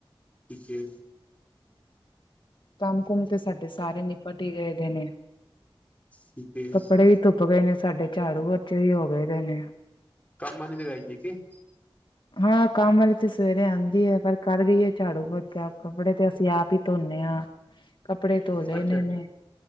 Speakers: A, on the left; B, on the left.
A: ਠੀਕ ਏ।
B: ਕੰਮ ਘੁੰਮ ਤੇ ਸਾਡੇ ਸਾਰੇ ਨਿਪਟ ਹੀ ਗਏ ਦੇ ਨੇ
A: ਠੀਕ ਹੈ
B: ਕੱਪੜੇ ਵੀ ਧੁੱਪ ਉੁ ਗਏ ਨੇ ਸਾਡੇ ਝਾੜੂ ਵੋਚੇ ਵੀ ਹੋਗੇ ਦੇ ਨੇ
A: ਕੰਮਾਂ ਵਾਲੀ ਲਗਾਈ ਜਏ ਕਿ
B: ਹਾਂ ਕੰਮ ਵਾਲੀ ਤੇ ਸਵੇਰੇ ਆਉਂਦੀ ਹੈ, ਪਰ ਕਰ ਗਈ ਹੈ ਝਾੜੂ ਪੋਚਾ ਕੱਪੜੇ, ਤੇ ਅਸੀਂ ਆਪ ਹੀ ਧੋਨੇ ਹਾਂ ਕੱਪੜੇ ਧੋ
A: ਅੱਛਾ
B: ਲੈਣੇ
A: ਅੱਛਾ
B: ਨੇ